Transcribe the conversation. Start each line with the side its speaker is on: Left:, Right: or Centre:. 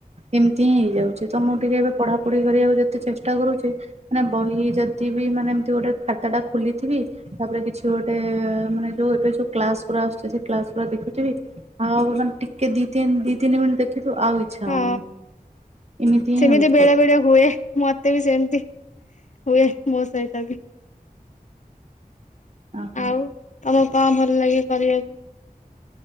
Right: ଏମିତିହିଁ ହେଇଯାଉଚି ତମୁଁ ଟିକେ ଏବେ ପଢାପଢି କରିବାକୁ ଯେତେ ଚେଷ୍ଟା କରୁଚି ମାନେ ବହି ଯଦିବି ମାନେ ଏମତି ଗୋଟେ ଖାତାଟା ଖୋଲିଥିବି ତାପରେ କିଛି ଗୋଟେ ମାନେ ଯୋଉ ଏବେ ଯୋଉ କ୍ଲାସ ଗୁରା ଆସୁଛି ସେ କ୍ଲାସଗୁରା ଦେଖୁଥିବି। ଆଉେ ମାନେ ଟିକେ ଦି ତିନି ଦି ତିନି ମିନିଟ ଦେଖିଲୁ ଆଉ ଇଚ୍ଛା
Left: ହଁ
Right: ହଉନି ଏମିତି ହିଁ
Left: ସେମିତି
Right: ହଉଛି
Left: ବେଳେବେଳେ ହୁଏ ମତେ ମତେ ବି ସେମିତି ହୁଏ ମୋ ସହିତ ବି।
Right: ଓ ହୋ।
Left: ଆଉ ତମକୁ କଣ ଭଲ ଲାଗେ କରିବାକୁ?